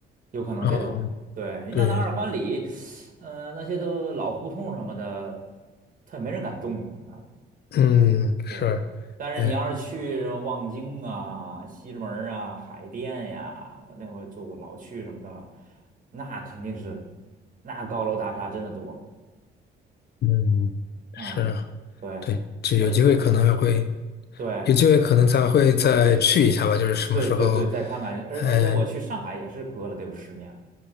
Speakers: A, on the right; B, on the left.
A: 有可能这种。
B: 哦，
A: 对，你像那二环里，
B: 对，
A: 呃，那些都老胡同什么的，它也没人敢动啊，
B: 嗯，是，
A: 对，但是你要是去什么望京啊、
B: 哎，
A: 西直门儿啊、海淀呀，我那会儿住老去什么的，那肯定是，那高楼大厦真的多
B: 嗯，
A: 啊、
B: 是啊
A: 对，
B: 对，就有机会可能还会，
A: 而对
B: 有机会可能才会再去一下吧，就是什么时候，
A: 对对对，再看看，而而且我去上海也是隔了得有十年了，
B: 哎，